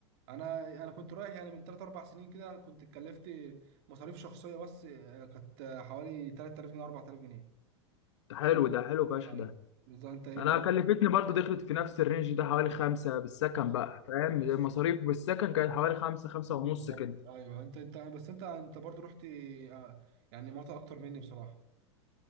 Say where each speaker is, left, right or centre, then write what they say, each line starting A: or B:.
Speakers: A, on the right (about 60°); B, on the left (about 75°).
A: انا انا كنت رايح يعني من 3 4 سنين كده كنت اتكلفت مصاريف شخصيه بس آه، كانت حوالي 3000 جنيه 4000 جنيه
B: ده حلو ده حلو فشخ
A: ايوه
B: ده
A: بالظبط انت
B: انا
A: انت
B: كلفتني برضو دخلت في نفس الرينج ده حوالي خمسة بالسكن
A: ايوه
B: بقى فاهم
A: بس
B: المصاريف بالسكن كانت حوالي خمسة خمسة
A: بالظبط
B: ونص كده
A: ايوه انت انت بس انت انت برضو رحت آه، يعني مناطق اكتر مني بصراحه